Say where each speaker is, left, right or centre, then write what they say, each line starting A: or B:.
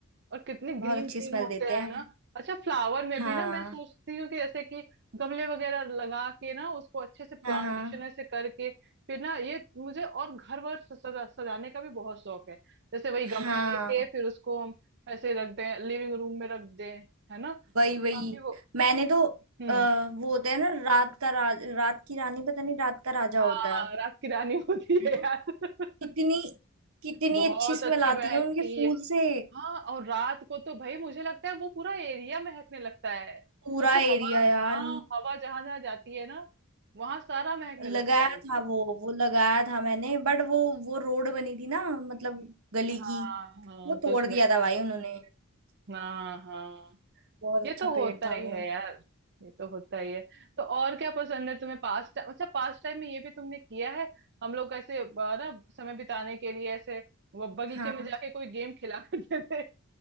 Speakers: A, on the right (about 55°); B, on the right (about 70°).
A: और कितने
B: बहुत
A: ग्रीन
B: अच्छी
A: ग्रीन
B: स्मेल
A: होते
B: देते
A: हैं
B: हैं
A: ना अच्छा फ्लावर में
B: हाँ
A: भी ना मैं सोचती हूँ कि जैसे कि गमले वगैरह लगा के ना उसको अच्छे से प्लांटेशन
B: हाँ हाँ
A: ऐसे करके फिर ना ये मुझे और घर वर सजा, सजाने का भी बहुत शौक है जैसे वही
B: हाँ
A: गमले लेके फिर उसको हम ऐसे रख दें लिविंग रूम में रख दें है ना तो
B: वही
A: काफी
B: वही
A: वो
B: मैंने तो
A: हम्म
B: आ, वो होता है ना रात का राज रात की रानी पता नहीं रात का राजा
A: हाँ
B: होता है
A: रात की रानी <laughs> होती
B: है
A: है
B: ना
A: यार <laughs>
B: कितनी कितनी
A: बहुत
B: अच्छी स्मेल
A: अच्छी महकती
B: आती है उनके फूल
A: है
B: से
A: हाँ और रात को तो भाई मुझे लगता है वो पूरा एरिया महकने लगता है क्योंकि
B: पूरा
A: हवा
B: एरिया यार
A: हाँ हवा जहां जहां जाती है ना वहां सारा महकने
B: लगाया
A: लगता है
B: था वो वो लगाया था मैंने बट वो वो रोड बनी थी ना मतलब गली
A: हाँ
B: की
A: हाँ
B: वो
A: तो
B: तोड़
A: उसमें
B: दिया था भाई उन्होंने
A: हाँ हाँ
B: बहुत
A: ये
B: अच्छा
A: तो
B: पेड़
A: होता
B: था
A: ही
B: वो
A: है यार ये तो होता ही है तो और क्या पसंद है तुम्हें पास टाइम अच्छा पास टाइम में ये भी तुमने किया है हम लोग ऐसे अ, ना समय बिताने के लिए ऐसे वो बगीचे
B: हाँ
A: में जाके कोई गेम खिला करते थे